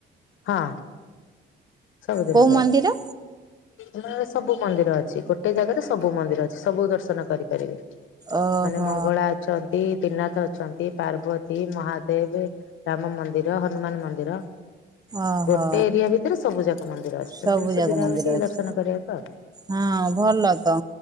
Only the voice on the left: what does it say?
ହଁ ସବୁଦିନ
ଯାଏ।
ଆମର ସବୁ ମନ୍ଦିର ଅଛି ଗୋଟେ ଜାଗାରେ ସବୁ ମନ୍ଦିର ଅଛି ସବୁ ଦର୍ଶନ କରିପାରିବେ।
ମାନେ ମଙ୍ଗଳା ଅଛନ୍ତି ତ୍ରିନାଥ ଅଛନ୍ତି ପାର୍ବତୀ ମହାଦେବେ। ରାମ ମନ୍ଦିର ହନୁମାନ ମନ୍ଦିର।
ଗୋଟେ ଏରିଆ ଭିତରେ ସବୁ ଯାକ ମନ୍ଦିର ଅଛି ତେଣୁକରି
ସୁବିଧା
ହୁଏ ଟିକେ
ଦର୍ଶନ କରିବାକୁ ଆଉ।